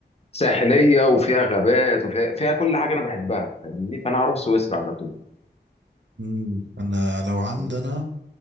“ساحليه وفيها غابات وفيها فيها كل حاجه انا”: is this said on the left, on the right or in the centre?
Left